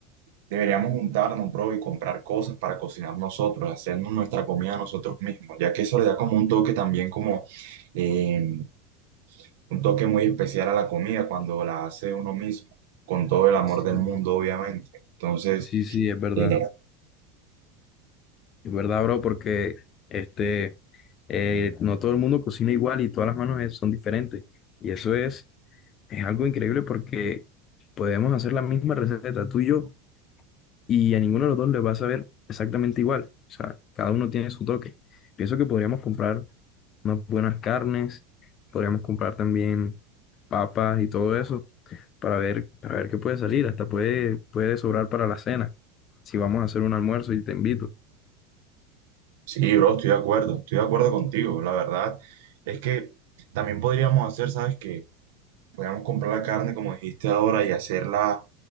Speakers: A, on the right; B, on the left.
A: Deberíamos juntarnos, bro, y comprar cosas para cocinar nosotros, hacernos nuestra comida nosotros mismos, ya que eso le da como un toque también como eh, un toque muy especial a la comida cuando la hace uno mismo, con todo el amor
B: Sí,
A: del mundo, obviamente. Entonces,
B: sí, sí, es verdad.
A: eh,
B: Es verdad, bro, porque este, eh, no todo el mundo cocina igual y todas las manos es- son diferentes. Y eso es, es algo increíble porque podemos hacer la misma receta, tú y yo, y a ninguno de los dos le va a saber exactamente igual. O sea, cada uno tiene su toque. Pienso que podríamos comprar unas buenas carnes, podríamos comprar también papas y todo eso para ver, para ver qué puede salir, hasta puede, puede sobrar para la cena, si vamos a hacer un almuerzo y te invito.
A: sí, bro, estoy de acuerdo, estoy de acuerdo contigo. La verdad es que también podríamos hacer, ¿sabes qué? Podríamos comprar la carne, como dijiste ahora, y hacerla